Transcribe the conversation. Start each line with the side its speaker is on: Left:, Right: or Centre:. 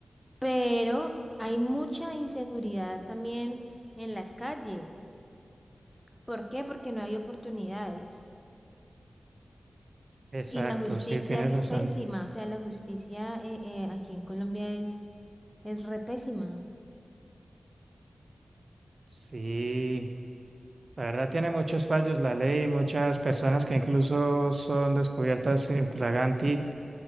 Centre: pero hay mucha inseguridad también en las calles. ¿Por qué? Porque no hay oportunidades.
Right: Exacto,
Centre: Y la justicia
Right: sí, tienes
Centre: es
Right: razón.
Centre: pésima, o sea, la justicia eh, eh, aquí en Colombia es, es re pésima.
Right: Sí, la verdad tiene muchos fallos la ley, muchas personas que incluso son descubiertas infraganti,